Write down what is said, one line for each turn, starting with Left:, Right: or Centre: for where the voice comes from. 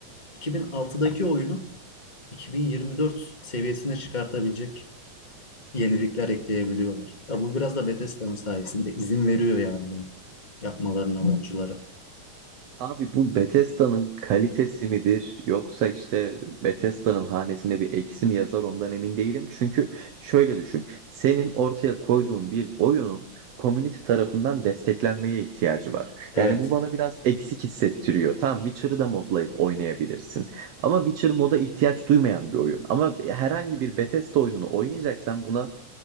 Left: 2006'daki oyunu 2024 seviyesine çıkartabilecek yenilikler ekleyebiliyorlar. Ya bu biraz da Bethesda'nın sayesinde izin veriyor yani bunu yapmalarına Hı. modculara.
Right: Abi bu Bethesda'nın kalitesi midir yoksa işte Bethesda'nın hanesine bir eksi mi yazar ondan emin değilim. Çünkü şöyle düşün. Senin ortaya koyduğun bir oyunun community tarafından desteklenmeye ihtiyacı var.
Left: Evet.
Right: Yani bu bana biraz eksik hissettiriyor. Tamam Witcher'ı da modlayıp oynayabilirsin. Ama Witcher moda ihtiyaç duymayan bir oyun. Ama herhangi bir Bethesda oyununu oynayacaksan buna